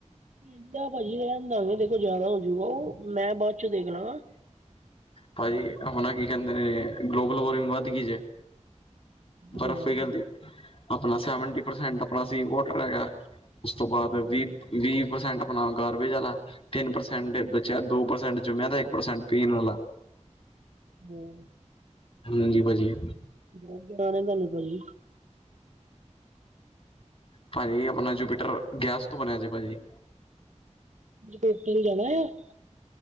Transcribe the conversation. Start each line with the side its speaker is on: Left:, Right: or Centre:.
Right: ਇਦਾਂ ਭਾਜੀ ਰਹਿਣ ਦਾਂਗੇ ਦੇਖੋ ਜਿਆਦਾ ਹੋਜੂਗਾ, ਉਹ ਮੈਂ ਬਾਦ ਚੋਂ ਦੇਖ ਲਾਂਗਾ।
Left: ਭਾਜੀ ਹੁਣ ਐ ਕੀ ਕਹਿੰਦੇ ਨੇ ਗਲੋਬਲ ਵਾਰਮਿੰਗ ਵੱਧ ਗਈ ਜੇ।
Right: ਜਾਣਾ
Left: ਬਰਫ਼ ਪਿਗਲਦੀ,
Right: ਹਾਂ
Left: ਆਪਣਾ ਸੈਵਨਟੀ ਪਰਸੈਂਟ ਆਪਣਾ ਸੀ ਵੋਟਰ ਹੈਗਾ। ਉਸ ਤੋਂ ਬਾਦ
Right: ਬਹੁਤ
Left: ਵੀਹ, ਵੀਹ ਪ੍ਰਸੈਂਟ ਆਪਣਾ ਗਾਰਬੇਜ ਵਾਲਾ ਤਿੰਨ ਪ੍ਰਸੈਂਟ ਬ ਦੋ ਪ੍ਰਸੈਂਟ ਜੁੰਮਿਆਂ ਦਾ ਇੱਕ ਪ੍ਰਸੈਂਟ ਪੀਣ ਵਾਲਾ <unintelligible>
Right: <unintelligible>
Left: ਹਾਂਜੀ ਭਾਜੀ।
Right: ਬੋਤ ਗਿਆਨ ਏ ਤੁਹਾਨੂੰ ਭਾਜੀ।
Left: ਭਾਜੀ ਆਪਣਾ ਜੂਪੀਟਰ, ਗੈਸ ਤੋਂ ਬਣਿਆ ਜੇ ਭਾਜੀ।
Right: <unintelligible>